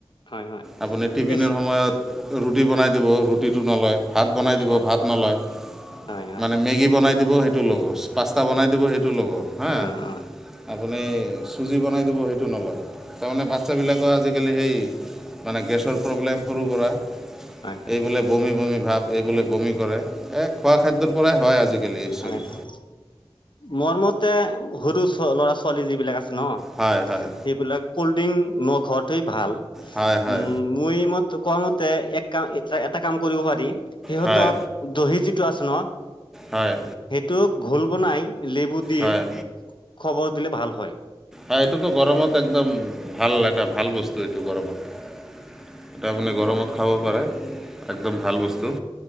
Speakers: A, on the left; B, in the centre.
A: হয় হয়
B: আপুনি টিফিনৰ
A: এক্স
B: সময়ত। ৰুটি বনাই দিব ৰুটিটো নলয়। ভাত বনাই দিব
A: হয়
B: ভাত নলয়
A: হয় হয়
B: মানে মেগী বনাই দিব সেইটো। লব পাঁচটা বনাই দিব সেইটো ল'ব হা।
A: অ অ
B: আপুনি চুজি বনাই দিব সেইটো নলয় তাৰমানে বাচ্ছাবিলাকৰ আজিকালি সেই। মানে গেছৰ প্ৰব্লেম সৰু সোৰা।
A: হয় হয়
B: এই বোলে বমি বমি ভাৱ এই বোলে বমি কৰে এই খোৱা খাদ্যৰ পৰাই হয় আজিকালি একচুৱেলি।
A: হয় হয় মোৰ মতে সৰু ল'ৰা ছোৱালী যিবিলাক আছে ন।
B: হয় হয়।
A: সেইবিলাক ক'লড্ৰিংক নখোৱাটোৱেই ভাল উম,
B: হয় হয়
A: মই ম কোৱা মতে এক কাম এ এটা কাম কৰিব পাৰি সিহতক।
B: হয়
A: দহি যিটো আছে ন।
B: হয়।
A: সেইটো ঘোল বনাই লেবু দি
B: হয়
A: খবৰ দিলে ভাল হয়।
B: হাঁ এইটোতো গৰমত একদম ভাল এটা ভাল বস্তু এইটো গৰমত। এয়া আপুনি গৰমত খাব পাৰে একদম ভাল বস্তু।